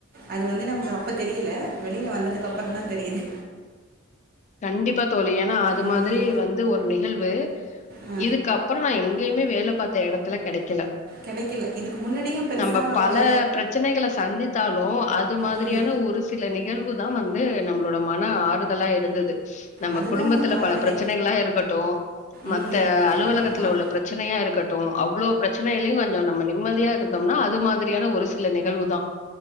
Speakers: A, on the right; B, on the left.
A: அது வந்து நமக்கு அப்போ தெரியல வெளியில வந்ததுக்கப்பறந்தா தெரியுது
B: கண்டிப்பா தோழி ஏன்னா அது
A: ம்.
B: மாதிரி வந்து ஒரு நிகழ்வு
A: ஆ.
B: இதுக்கப்புற நா எங்கயுமே வேல பத்து எடத்துல கெடைக்கல
A: கிடைக்கல. இதுக்கு முன்னாடியும் பெருசா
B: நம்ம பல
A: ஒரு
B: பிரச்சனைகளை சந்தித்தாலு அது மாதிரியான
A: ம்.
B: ஒரு சில நிகழ்வு தா வந்து க்கு நம்மளோட மன ஆறுதலா இருந்தது நம்ம
A: அதுதான்
B: குடும்பத்துல
A: நமக்கு ஆறுதலே.
B: பல பிரச்சனைகளா இருக்கட்டு மத்த
A: ம்.
B: அலுவலகத்துல
A: ஆமாம்.
B: உள்ள பிரச்சனையா இருக்கட் ட்டு அவ்ளோ பிரச்சனைல்லயு கொஞ்ச நம்ம நிம்மதியா இருந்தோம்னா அது மாதிரியான ஒரு சில நிகழ்வு தா